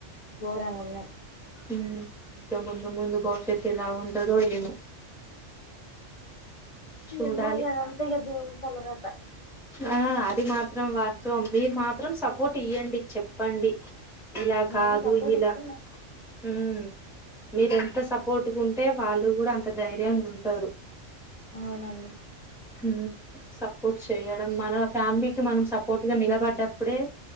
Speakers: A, on the left; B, in the centre.
A: గోరంగా ఉన్నాయి
B: ఉమ్ ఇంక ముందు ముందు భవిష్యత్ ఎలా ఉంటదో ఏమో చూడాలి
A: ఏమో ఇగ అద అంతే ఇగా దేవుని తలరాత
B: ఆ అది మాత్రం వాస్తవం మీరు మాత్రం సపోర్ట్ ఇయ్యండి చెప్పండి ఇలా
A: నేను
B: కాదు
A: సపోర్ట్
B: ఇలా
A: ఇస్తున్నా
B: ఉమ్ మీరెంత సపోర్ట్గా ఉంటే వాళ్ళు కూడా అంత ధైర్యంగ ఉంటరు
A: అవునండి
B: ఉమ్ సపోర్ట్ చేయడం మన ఫ్యామిలీకి మనం సపోర్ట్ గా నిలబడ్డప్పుడే